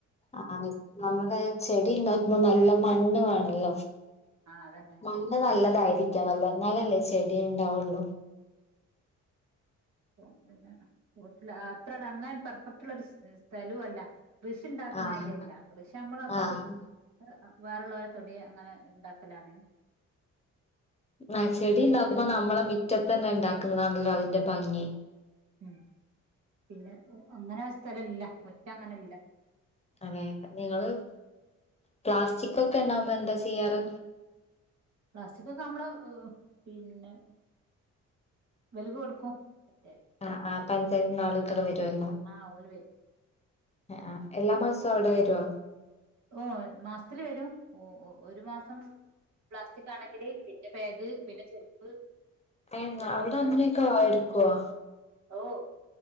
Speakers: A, on the left; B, on the right.
A: ആഹ് ആഹ് നമ്മടെ ചെടിയുണ്ടാക്കുമ്പോ നല്ല. മണ്ണ് വേണല്ലോ.
B: ആഹ് അതന്നെ
A: മണ്ണ് നല്ലതായി നിക്കണല്ലോ എന്നാലല്ലേ ചെടിയുണ്ടാവുള്ളൂ.
B: അപ്പൊ പിന്നെ <unintelligible> അത്ര നന്നായി പെർഫെക്റ്റുള്ള സ്ഥലവുമല്ല. കൃഷി ഉണ്ടാക്കണമാതിരി
A: ആഹ്
B: അല്ല കൃഷി നമ്മള് അപ്പുറത്ത്.
A: ആഹ്
B: <unintelligible> വേറെള്ളോലെ തൊടി അങ്ങനെ ണ്ടാക്കലാണ്
A: ആ ചെടിണ്ടാക്കുമ്പോ നമ്മളെ മിറ്റതെന്നെണ്ടാക്ക എന്നാണല്ലോ അതിന്റെ ഭംഗി
B: ഉം പിന്നെ അങ്ങനെ സ്ഥലല്ല മുറ്റം അങ്ങനെല്ല
A: അതെ നിങ്ങള് പ്ലാസ്റ്റികൊക്കെ ണ്ടാവുമ്പോ എന്ത ന്താ ചെയ്യാറ്
B: പ്ലാസ്റ്റികൊക്കെ നമ്മള് പിന്നെ വലിവ് കൊടുക്കും മറ്റേ
A: ആ ആ പഞ്ചായത്ത്ന്ന് ആള് ഇത്ര വരുവല്ലോ
B: ആഹ് ഓല് വരും
A: എ ആ എല്ലാ മാസവും അവടെ വരോ
B: ഓ മാസതില് വരും ഓ ഒരു മാസ ആ പ്ല ക്കണെങ്കിൽ പിന്നെ ബാഗ് പിന്നെ ചെരുപ്പ്
A: ഏഹ്
B: പിന്നെ ഡ്രസ്സ്
A: അവിടെ അങ്ങനെയൊക്കെ എടുക്കുവോ?
B: ഓ